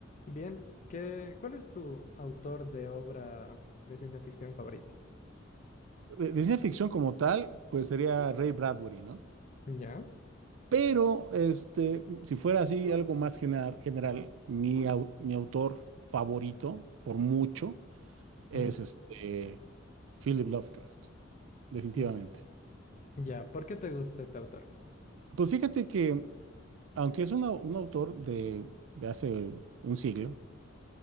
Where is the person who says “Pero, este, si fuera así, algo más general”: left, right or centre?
Right